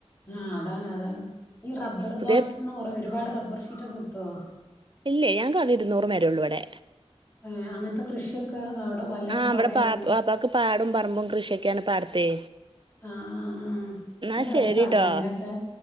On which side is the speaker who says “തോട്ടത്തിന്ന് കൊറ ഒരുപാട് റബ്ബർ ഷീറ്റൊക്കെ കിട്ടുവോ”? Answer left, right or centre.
Left